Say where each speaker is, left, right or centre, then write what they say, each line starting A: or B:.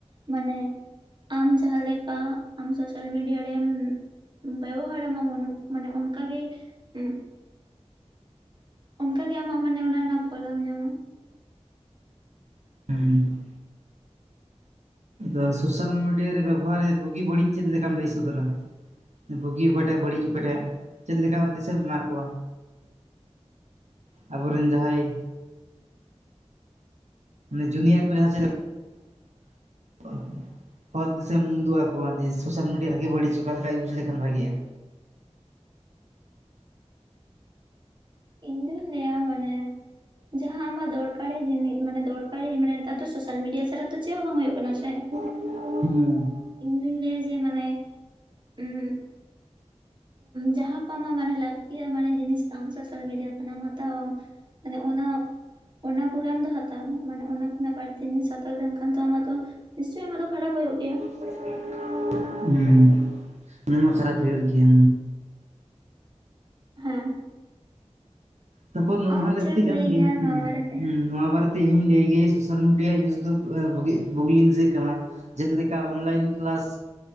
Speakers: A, on the right; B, on the right.
A: ᱢᱟᱱᱮ ᱟᱢ ᱡᱟᱦᱟ ᱞᱮᱠᱟ ᱟᱢ ᱥᱳᱥᱟᱞ ᱢᱮᱰᱤᱭᱟ ᱨᱮᱢᱼᱼ ᱵᱮᱵᱚᱦᱟᱨᱟ ᱢᱟᱵᱚᱱ ᱢᱟᱱᱮ ᱚᱱᱠᱟᱜᱮ ᱩᱸᱼᱼ ᱚᱱᱠᱟ ᱜᱮ ᱟᱢᱟᱜ ᱢᱟᱱᱮ ᱚᱱᱟ ᱨᱮᱱᱟᱜ ᱯᱷᱚᱞᱮᱢ ᱧᱟᱢᱟ
B: ᱦᱩᱸᱻ ᱟᱫᱚ ᱥᱳᱥᱟᱞ ᱢᱤᱰᱤᱭᱟ ᱨᱮ ᱵᱮᱵᱚᱦᱟᱨ ᱨᱮ ᱵᱩᱜᱤ ᱵᱟᱹᱲᱤᱡ ᱪᱮᱫ ᱞᱮᱠᱟᱢ ᱞᱟᱹᱭ ᱥᱚᱫᱚᱨᱟ? ᱵᱩᱜᱤ ᱚᱠᱟᱴᱟᱜ? ᱵᱟᱹᱲᱤᱡ ᱚᱠᱟᱴᱟᱜ ᱪᱮᱫ ᱞᱮᱠᱟ ᱫᱤᱥᱟᱹᱢ ᱮᱢᱟ ᱠᱚᱣᱟ? ᱟᱵᱚ ᱨᱮᱱ ᱡᱟᱦᱟᱸᱭ ᱢᱟᱱᱮ ᱡᱩᱱᱤᱭᱟᱨ ᱠᱚ ᱡᱟᱦᱟᱸ <inaudible> ᱦᱚᱨ ᱫᱤᱥᱟᱹᱢ ᱩᱫᱩᱜ ᱟᱠᱚᱣᱚ ᱡᱮ ᱥᱳᱥᱟᱞ ᱢᱤᱰᱤᱭᱟ ᱵᱷᱟᱜᱤ ᱵᱟᱹᱲᱤᱡᱽ ᱚᱠᱟ ᱞᱮᱠᱟ ᱤᱭᱩᱡᱽ ᱞᱮᱠᱷᱟᱱ ᱵᱷᱟᱜᱮᱜᱼᱟ
A: ᱤᱧ ᱫᱩᱧ ᱞᱟᱹᱭᱟ ᱢᱟᱱᱮ ᱡᱟᱦᱟᱸ ᱟᱢᱟᱜ ᱫᱚᱨᱠᱟᱨᱤ ᱡᱤᱱᱤᱥ ᱢᱟᱱᱮ ᱫᱚᱨᱠᱟᱨᱤ ᱢᱟᱱᱮ ᱱᱮᱛᱟᱨ ᱫᱚ ᱥᱳᱥᱟᱞ ᱢᱤᱰᱤᱭᱟ ᱪᱷᱟᱲᱟ ᱫᱚ ᱪᱮᱫ ᱦᱚᱸ ᱵᱟᱝ ᱦᱩᱭᱩᱜ ᱠᱟᱱᱟ ᱥᱮ
B: <inaudible> ᱦᱮᱸ
A: ᱤᱧ ᱫᱩᱧ ᱞᱟᱹᱭᱟ ᱡᱮ ᱢᱟᱱᱮ ᱩᱸᱻ ᱡᱟᱦᱟᱸ ᱠᱚ ᱟᱢᱟᱜ ᱢᱟᱱᱮ ᱞᱟᱹᱠᱛᱤᱭᱟ ᱢᱟᱱᱮ ᱡᱤᱱᱤᱥ ᱛᱟᱢ ᱥᱳᱥᱟᱞ ᱢᱤᱰᱤᱭᱟ ᱠᱷᱚᱱᱟᱜ ᱮᱢ ᱦᱟᱛᱟᱣᱟᱢ ᱢᱟᱱᱮ ᱚᱱᱟ ᱚᱱᱟ ᱠᱚᱜᱮ ᱟᱢ ᱫᱚ ᱦᱟᱛᱟᱣ ᱢᱮ ᱢᱟᱱᱮ ᱚᱱᱟ ᱠᱷᱚᱱᱟᱜ ᱵᱟᱹᱲᱛᱤ ᱡᱤᱱᱤᱥ ᱦᱟᱛᱟᱣ ᱞᱮᱱᱠᱷᱟᱱ ᱫᱚ ᱟᱢᱟᱜ ᱫᱚ ᱱᱤᱥᱪᱳᱭ ᱟᱢᱟᱜ ᱫᱚ ᱠᱷᱟᱨᱟᱯ ᱦᱳᱭᱳᱜ ᱜᱮᱭᱟ
B: <inaudible> ᱦᱮᱸ ᱱᱚᱶᱟ ᱢᱟ ᱠᱷᱟᱨᱟᱯ ᱦᱩᱭᱩᱜ ᱜᱮᱭᱟ
A: ᱦᱮᱸ
B: ᱛᱟᱯᱚᱨ ᱱᱚᱶᱟ
A: ᱟᱢ
B: ᱦᱚᱸ ᱞᱟᱹᱠᱛᱤ
A: ᱪᱮᱫ ᱮᱢ
B: ᱠᱟᱱ
A: ᱞᱟᱹᱭ
B: ᱜᱮᱭᱟ ᱦᱮᱸ
A: ᱱᱚᱣᱟ ᱵᱟᱨᱮᱛᱮ
B: ᱦᱮᱸ ᱱᱚᱶᱟ ᱵᱟᱨᱮ ᱛᱮ ᱤᱧᱦᱩᱧ ᱞᱟᱹᱭ ᱜᱮᱭᱚ ᱥᱳᱥᱟᱞ ᱢᱤᱰᱤᱭᱟ ᱤᱭᱩᱡᱽ ᱫᱚ <unintelligible> ᱵᱩᱜᱤ ᱡᱤᱱᱤᱥ ᱜᱮ ᱠᱟᱱᱟ ᱡᱮᱫ ᱞᱮᱠᱟ ᱚᱱᱞᱟᱭᱤᱱ ᱠᱟᱞᱟᱥ